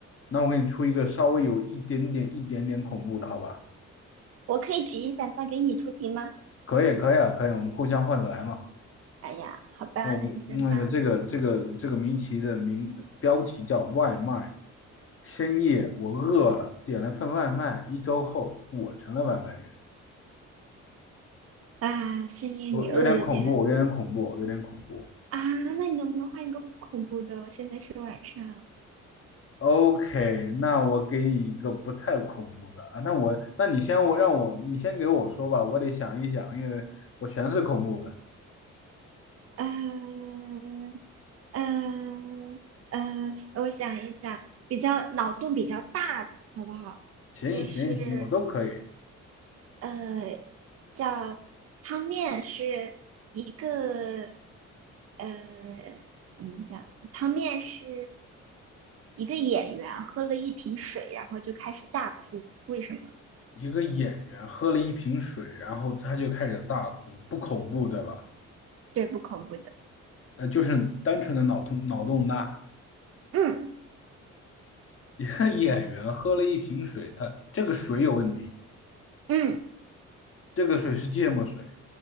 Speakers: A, on the left; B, on the right.
A: 那我给你出一个稍微有一点点一点点恐怖的，好吧？
B: 我可以举一反三给你出题吗？
A: 可以，可以啊，可以，我们互相换着来嘛。
B: 哎呀，好吧，
A: 那我们那个这个这个这个谜题的名标题叫外卖。
B: 那你先吧。
A: 深夜我饿了，点了份外卖。一周后，我成了外卖员。
B: 啊，深夜你饿了点
A: 我有点恐怖，有点恐怖，有点恐怖。
B: 啊？那你能不能换一个不恐怖的？我现在是晚上。
A: OK，那我给你一个不太恐怖的啊。那我，那你先我让我你先给我说吧，我得想一想，因为我全是恐怖的。
B: 嗯嗯嗯，呃我想一想，比较脑洞比较大的，好不好？
A: 行行行，
B: 就是
A: 我都可以。
B: 呃，叫汤面是一个，呃，怎么讲？汤面是一个演员喝了一瓶水，然后就开始大哭，为什么？
A: 一个演员喝了一瓶水，然后他就开始大哭，不恐怖对吧？
B: 对，不恐怖的。
A: 呃，就是单纯的脑洞脑洞大。
B: 嗯
A: 一个演员喝了一瓶水，他这个水有问题，
B: 嗯
A: 这个水是芥末水、